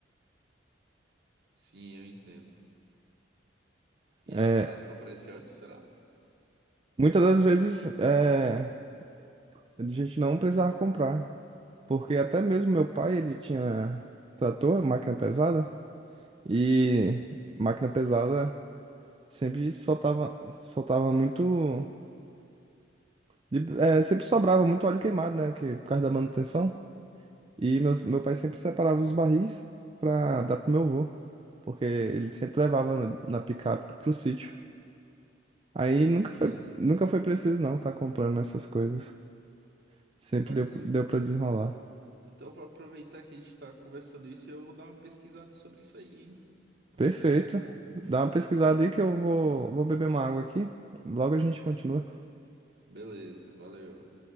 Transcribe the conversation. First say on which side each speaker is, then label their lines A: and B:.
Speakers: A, on the right (about 60°); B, on the right (about 30°).
A: Sim, eu entendo. E
B: É,
A: era barato comprar esse óleo, será?
B: muitas das vezes é, a gente não precisava comprar, porque até mesmo meu pai, ele tinha trator, máquina pesada, e máquina pesada sempre soltava, soltava muito, de- é, sempre sobrava muito óleo queimado, né? Que, por causa da manutenção. E meus, meu pai sempre separava os barris pra dar pro meu avô, porque ele sempre levava na, na picape pro sítio. Aí nunca
A: É mesmo.
B: foi, nunca foi preciso não tá comprando essas coisas. Sempre
A: Mas
B: deu, deu para desenrolar.
A: então eu vou aproveitar que a gente tá conversando isso e eu vou dar uma pesquisada sobre isso aí, hein? Acho
B: Perfeito.
A: que vai ser bom.
B: Dá uma pesquisada aí que eu vou, vou beber uma água aqui. Logo a gente continua.
A: Beleza, valeu.